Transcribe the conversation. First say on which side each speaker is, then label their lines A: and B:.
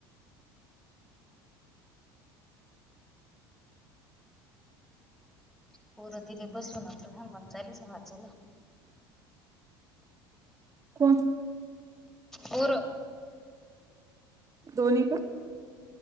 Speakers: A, in the centre; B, on the right (about 25°).
A: पोर दिले बसवून आता हानुम्हण चालस वाचायला.
B: कोण.
A: होर.
B: दोनी का.